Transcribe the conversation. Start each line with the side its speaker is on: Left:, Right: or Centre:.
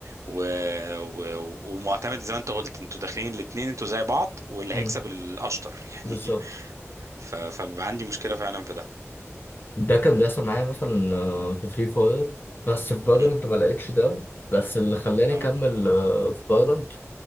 Right: و... و... ومعتمد زي ما انت قلت انتوا داخلين الاتنين انتوا زي بعض واللي
Left: مم.
Right: هيكسب الاشطر <laughs> يعني
Left: بالظبط
Right: ف... فبيبقى عندي مشكله فعلا في ده
Left: ده كان بيحصل معايا مثلا آه، في فري فاير بس في فالورانت
Right: مم.
Left: ما لقيتش ده بس اللي خلاني
Right: اه
Left: اكمل آه، في فالورانت